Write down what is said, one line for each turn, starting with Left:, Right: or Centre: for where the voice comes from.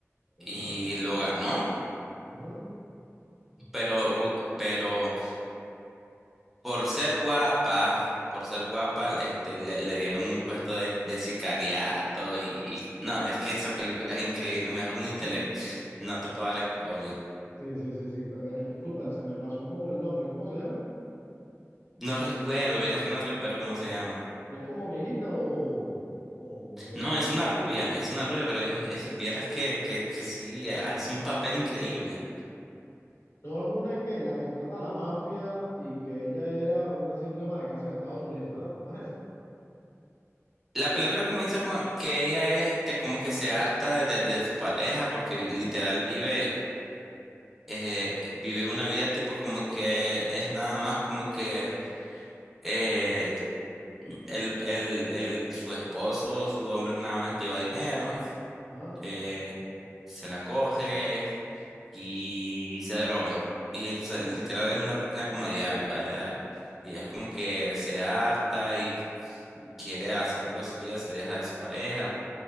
Left: ya,
Centre: y lo ganó,
Left: ujú.
Centre: pero, ul- pero por ser guapa, por ser guapa, este, le, le dieron un puesto de, de sicariato y no, es que esa película es increíble, mejor ni te
Left: <laughs>
Centre: le, no te puedo dar spoiler.
Left: Sí, sí, sí, sí. Ve- ve- Disculpa, se me pasó como el nombre. ¿Cómo se llama?
Centre: No recuerdo, vieras que no recuerdo cómo se llama.
Left: ¿Pero es como viejita o, o medio
Centre: No,
Left: reciente?
Centre: es una rubia, es una rubia, pero es, es- vieras que, que, que sí, hace un papel increíble.
Left: No es una que la contrata la mafia y que ella era una simple ama de casa en Estados Unidos, ¿verdad? ¿No es esa?
Centre: La película comienza con que ella este, como que se harta de, de su pareja porque vi- literal vive, eh, vive una vida tipo como que es nada más como que eh, el, el, el, su esposo, su hombre nada más lleva dinero,
Left: Ah,
Centre: eh, se la coge. y se drogan. Y entonces,
Left: ok,
Centre: literal, es una rutina como a diario, a diario. Y es como que se harta y quiere hacer algo de su vida, se deja de su pareja.